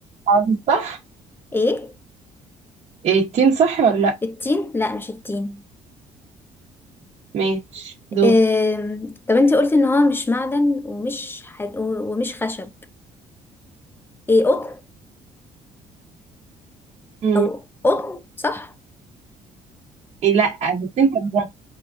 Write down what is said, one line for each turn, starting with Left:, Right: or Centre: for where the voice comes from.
Right: عامل صح
Left: ايه
Right: إيه، التين صح ولا لأ
Left: التين لا مش التين
Right: ماشي دور
Left: آم، طب انت قلت ان هو مش معدن ومش حد... ومش خشب ايه قطن
Right: مم.
Left: او قطن صح
Right: إيه، لأ بس أنت قربت